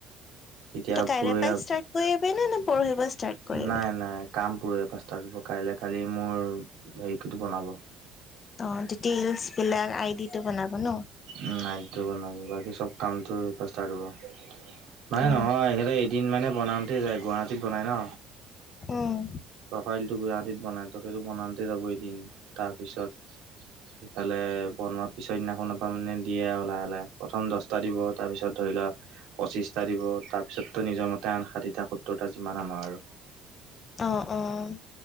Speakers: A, on the right; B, on the left.
A: তেতিয়া
B: তই কাইলৈ
A: পৰহি
B: পাই ষ্টাৰ্ট কৰিবি নে কৰিবি নে পৰখি পৰা? ষ্টাৰ্ট কৰিবি
A: নাই নাই। কাম পৰহি পা তাৰ কাইলৈ কালি মোৰ হেৰিটো বনাব।
B: অ ডিটেইলছ বিলাক আই ডি টো বনাব ন
A: উ নাইটটো বনাব বাকী চব কামটোৰ পৰা ষ্টাৰ্ট হ'ব। মানে
B: অ
A: নহয় সিহঁতৰ এদিন মানে বনাওঁতে যায়, গুৱাহাটীত বনায় ন?
B: উম
A: প্ৰফাইলটো গুৱাহাটীত বনাইতো, সেইটো বনাওঁতে যাব এদিন। তাৰপিছত সেইফালে বনোৱাত পিছৰ দিনাখনৰ পৰা মানে দিয়ে ওলায় ওলায়। প্ৰথম দশটা দিব, তাৰপিছত ধৰি লোৱা পঁচিশটা দিব। তাৰপিছত তোৰ নিজৰ মতে আন ষাঠিটা, সত্তৰটা যিমান আন আৰু!
B: অ' অ'।